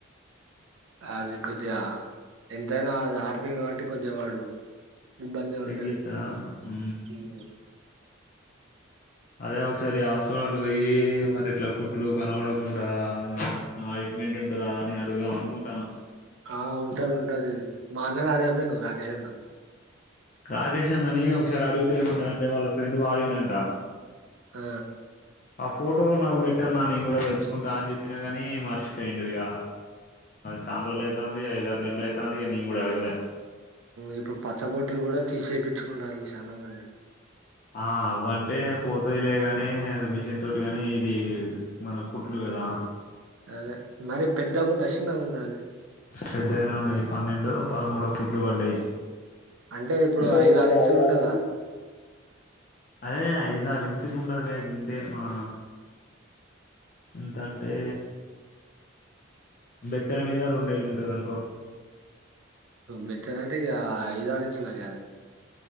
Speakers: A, on the right; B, on the left.
A: అది కొద్దిగా ఎంతైనా అది ఆర్మీ కాబట్టి కొద్దిగా వాడు ఇబ్బందే
B: చెక్
A: ఉంటది.
B: జేత్తరా ఉ
A: హ్మ్.
B: అదే ఒకసారి హాస్పిటల్ కి పోయి మరి ఇట్లా కుట్లు కనబడకుంటా ఏమన్నా ఆయింట్మెంట్ ఉంటదా అని అడుగుదాం అనుకుంటాన.
A: ఆ ఉంటది ఉంటది మా అన్నను అడగకపోయినవ్ రాకేష్ అన్నను
B: రాజేష్ అన్నని ఒకసారి అడుగితే ఏమంటారంటే వాళ్ళ ఫ్రెండ్ వాడిండంట
A: ఆ
B: ఆ ఫోటో నాకు పెట్టన్నా నేను కూడా తెచ్చుకుంటా అని చెప్పినా గాని మర్చిపోయిండు ఇగ చాల రోజులు అవుతుంది ఐద ఆారు నెలలు అయితాంది ఇగ నేను కూడా అడగలే.
A: ఇప్పుడు పచ్చ బో ట్లు కూడా తీసేపించుకుంటాళ్ళు. చాలా మంది
B: ఆ అవ్వంటే పోతాయిలే గాని మిషన్ తోటి గాని ఇది మన కుట్లు కదా
A: అదే మరి పెద్దగా ఉందా చిన్నగా ఉందా అది
B: పెద్దగనే ఉన్నాయి పన్నెండో పదమూడో కుట్లు పడ్డాయి.
A: అంటే ఇప్పుడు
B: పోగ్రా
A: ఇంచులు
B: ఐదారు
A: ఉంటదా?
B: అ హే ఐదు ఆరు ఇంచులు ఉండదులే గింతే మన ఎంతంటే బెత్తడి మీద రొండేళ్ళుంటది అనుకో
A: బెత్తడంటే ఇగ ఐదారు ఇంచులే గాదే